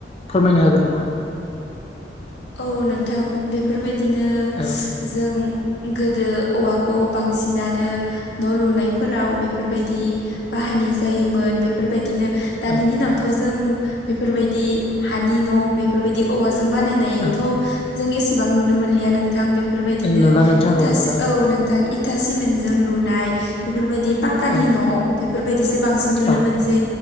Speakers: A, on the left; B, on the left.
A: फोरमायनो हागोन नामा?
B: औ नोंथां बेफोरबायदिनो
A: औ
B: जों गोदो औवाखौ बांसिनानो न' लुनायफोराव बेफोरबायदि बाहायनाय जायोमोन बेफोरबायदिनो दानि
A: औ
B: दिनावथ' जों बेफोरबायदि हानि न' बेफोरबायदि औवाजों बानायनाय
A: औ
B: थ' जों एसेबां नुनो मोनलिया नोंथां बे फोरबायदिनो
A: नुला नोंथां
B: इथा
A: नुला
B: औ नोंथां इथा सिमेन्टजों लुनाय बेफोरबायदि पाक्कानि
A: औ
B: न' बेफोरबायदिसो बांसिन नुनो
A: औ
B: मोनसै